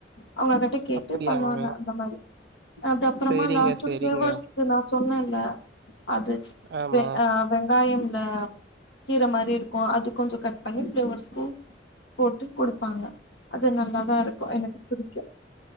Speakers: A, on the left (about 80°); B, on the right (about 60°).
A: அவுங்க கிட்ட கேட்டு
B: அப்படியாங்க
A: பண்ணுவாங்க அந்த மாதி அது அப்புறமா
B: சரிங்க
A: லாஸ்ட்
B: சரிங்க
A: ஃப்ளேவர்ஸ் நா சொன்னல்ல அது
B: ஆமா
A: வெ வெங்காயம்ல கீர மாரி இருக்கோ அது கொஞ்சோ கட் பண்ணி ஃப்ளேவர்ஸ்கு போட்டு குடுப்பாங்க அது நல்லாதா இருக்கோ எனக்கு புடிக்கு